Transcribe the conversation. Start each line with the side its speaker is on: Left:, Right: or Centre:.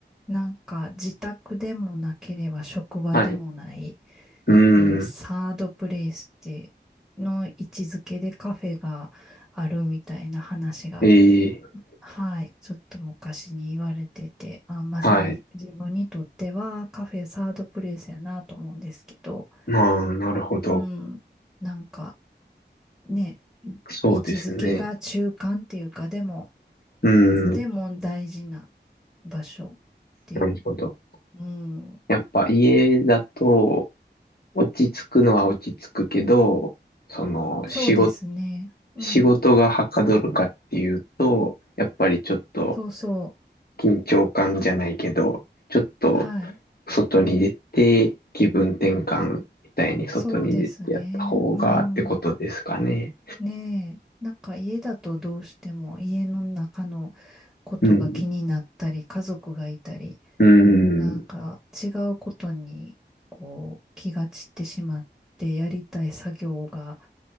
Centre: なんか自宅でもなければ職場でもない、
Left: はい。うーん。
Centre: あの、サードプレイスっての位置づけでカフェがあるみたいな話が、
Left: ええ、
Centre: はい、ちょっと昔に言われてて、あ、まさに自分にとってはカフェサードプレイスやなと思うんですけど、
Left: はい。まあ、なるほど。
Centre: うん。なんか、ね、
Left: そうですね。
Centre: 位置づけが中間っていうか、でも、
Left: うん、
Centre: でも大事な場所っていう。
Left: なるほど。
Centre: うん。
Left: やっぱ家だと、落ち着くのは落ち着くけど、その、
Centre: そうですね。
Left: 仕事、
Centre: うん。
Left: 仕事がはかどるかっていうと、やっぱりちょっと
Centre: そうそう。
Left: 緊張感じゃないけど、ちょっと
Centre: はい。
Left: 外に出て気分転換みたいに外に出てやった方がってことですかね。
Centre: そうですね。うん。ねえ。なんか家だとどうしても家の中のことが気になったり、
Left: うん、
Centre: 家族がいたり、
Left: うん、
Centre: なんか違うことにこう気が散ってしまってやりたい作業が